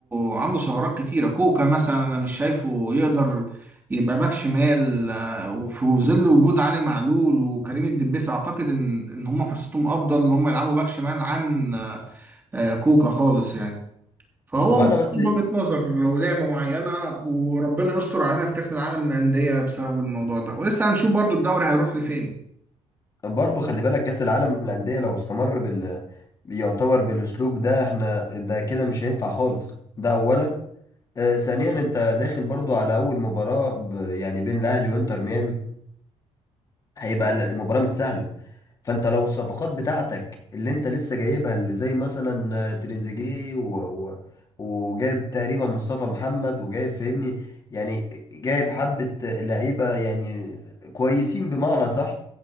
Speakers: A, on the right (about 15°); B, on the left (about 30°).
A: عنده ثغرات كتيرة كوكا مثلا أنا مش شايفه يقدر يبقى باك شمال آه وفي ظل وجود علي معلول وكريم الدبيس أعتقد إن إن هما فرصتهم أفضل إن هما يلعبوا باك شمال عن آه آه، كوكا خالص يعني فهو
B: طب
A: مفيش
B: أنا بس
A: وجهة نظر ولعبة معينة وربنا يستر علينا في كأس العالم للأندية بسبب الموضوع ده ولسه هنشوف برضو الدوري هيروح لفين
B: برضه خلي بالك كأس العالم للأندية لو استمر بال يعتبر بالأسلوب ده احنا ده كده مش هينفع خالص ده أولا آه ثانيا أنت داخل برضه على أول مباراة ب... يعني بين الأهلي وإنتر ميامي هيبقى المباراة مش سهلة فانت لو الصفقات بتاعتك اللي انت لسه جايبها اللي زي مثلا آه، تريزيجيه و... و... وجايب تقريبا مصطفى محمد وجايب فاهمني يعني جايب حبة لعيبة يعني كويسين بمعنى صح